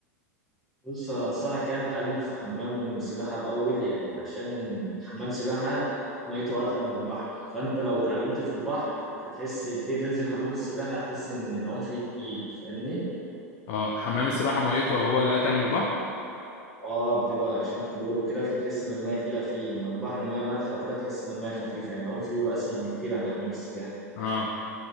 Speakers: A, in the centre; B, on the left.
A: بص انا انصحك يعني تتعلم في حمام سباحه الاول يعني عشان حمام سباحه ميته اتقل من البحر فانت لو اتعلمت في البحر هتحس تيجي تنزل حمام السباحه هتحس ان العوم فيه تقيل فاهمني
B: اه حمام السباحة ميته هو اللي اتقل من البحر
A: اه بتبقى عشان كلور وكده فتحس ان الميه تقيله فيه اما البحر ميه مالحه وكده تحس ان الميه خفيفه يعني العوم فيه بيبقى اسهل بكتير عن حمام السباحه
B: اه